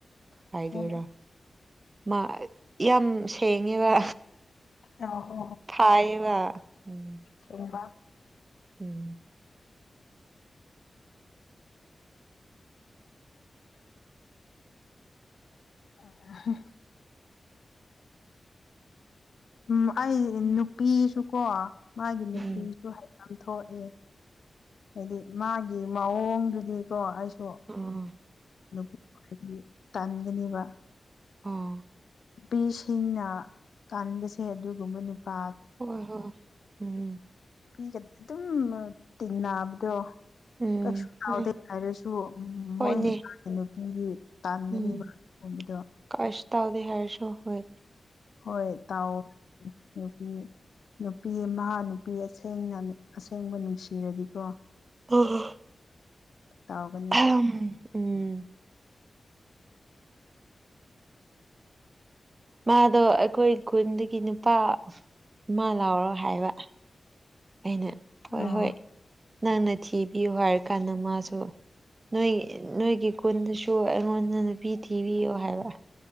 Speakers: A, on the right; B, on the left.
A: ꯍꯥꯏꯗꯣꯏꯔ
B: ꯍꯣꯏ
A: ꯃꯥ ꯌꯝ ꯁꯤꯡ ꯊꯦꯡꯉꯤꯕ
B: ꯑ ꯍꯣ
A: ꯐꯥꯏꯕ ꯎꯝ
B: ꯁꯦꯡꯕ
A: ꯎꯝ
B: ꯑ ꯍ ꯎꯝ ꯑꯩ ꯅꯨꯄꯤꯁꯨ ꯀꯣ ꯃꯥꯒꯤ
A: ꯎꯝ
B: ꯅꯨꯄꯤꯁꯨ ꯍꯥꯏ ꯇꯝ ꯊꯣꯛꯑꯦ ꯍꯥꯏꯗꯤ ꯃꯥꯒꯤ ꯃꯑꯣꯡꯗꯨꯗꯤꯀꯣ ꯑꯩꯁꯨ
A: ꯑꯎꯝꯍꯨꯝ
B: ꯅꯨꯄꯤ ꯀꯣꯏꯔꯗꯤ ꯇꯟꯒꯅꯤꯕ
A: ꯑꯥ
B: ꯅꯨꯄꯤꯁꯤꯡꯅ ꯇꯟꯕꯁꯦ ꯑꯗꯨꯒꯨꯝꯕ ꯅꯨꯄꯥ
A: ꯍꯣꯏ ꯍꯣꯏ ꯎꯝꯍꯨꯝ
B: ꯄꯤꯒ ꯑꯗꯨꯝꯃ ꯇꯤꯟꯅꯕꯗꯣ
A: ꯎꯝ
B: ꯀꯩꯁꯨ ꯇꯥꯎꯗꯦ
A: ꯍꯣꯏ
B: ꯍꯥꯏꯔꯁꯨ
A: ꯍꯣꯏꯅꯦ
B: ꯃꯣꯏ ꯃꯆꯥꯒꯤ ꯅꯨꯄꯤꯗꯤ ꯇꯟꯒꯅꯤꯕ
A: ꯎꯝ
B: ꯍꯧꯕꯗꯣ
A: ꯀꯩꯁꯨ ꯇꯧꯗꯦ ꯍꯥꯏꯔꯁꯨ ꯍꯨꯢ
B: ꯍꯣꯏ ꯇꯥꯎꯑꯣ ꯅꯨꯄꯤ ꯅꯨꯄꯤ ꯑꯃꯍ ꯅꯨꯄꯤ ꯑꯁꯦꯡꯅ ꯑꯁꯦꯡꯕ ꯅꯨꯡꯁꯤꯔꯗꯤꯀꯣ
A: ꯑꯣꯍꯥ
B: ꯇꯧꯒꯟ
A: ꯌꯝꯍ ꯎꯝꯍ ꯃꯥꯗꯣ ꯑꯩꯈꯣꯏ ꯈꯨꯟꯗꯒꯤ ꯅꯨꯄꯥ ꯑꯃꯥ ꯂꯧꯔꯣ ꯍꯥꯏꯕ ꯑꯩꯅ ꯍꯣꯏ
B: ꯑꯣ
A: ꯍꯣꯏ ꯅꯪꯅ ꯊꯤꯕꯤꯌꯨ ꯍꯥꯏꯔꯀꯥꯟꯗ ꯃꯥꯁꯨ ꯅꯣꯏ ꯅꯣꯏꯒꯤ ꯀꯨꯟꯗꯁꯨ ꯑꯩꯉꯣꯟꯗ ꯅꯨꯄꯤ ꯊꯤꯕꯤꯌꯣ ꯍꯥꯏꯕ